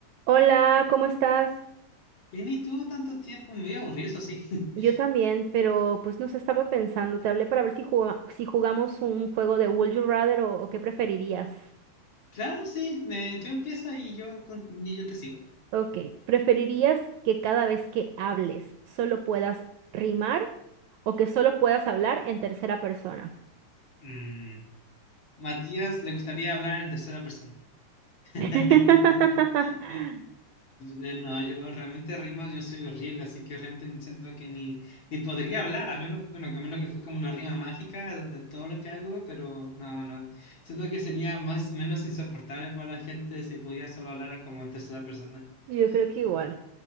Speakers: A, on the right; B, on the left.
A: Hola, ¿cómo estás?
B: Vení tú tanto tiempo, medio aburrido, eso sí. <laughs>
A: Yo también, pero pues no sé, estaba pensando, te hablé para ver si juga- si jugamos un juego de Would You Rather o, o qué preferirías.
B: Claro, sí, eh, tú empieza y yo, con- y yo te sigo.
A: Ok, ¿preferirías que cada vez que hables solo puedas rimar o que solo puedas hablar en tercera persona?
B: Mm, Matías le gustaría hablar en tercera persona. <laughs>
A: <laughs>
B: Eh, eh, No, yo realmente rimas, yo soy horrible, así que realmente siento que ni, ni podría hablar, a menos, bueno, que a menos que fue como una rima mágica donde todo lo que hago, pero no, no. Siento que sería más, menos insoportable para la gente si pudiera solo hablar como en tercera persona.
A: Yo creo
B: <laughs>
A: que igual,
B: ¿Y